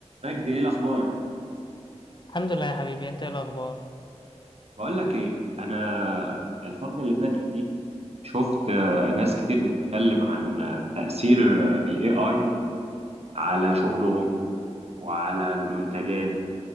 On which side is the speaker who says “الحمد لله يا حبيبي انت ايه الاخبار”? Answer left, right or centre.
Left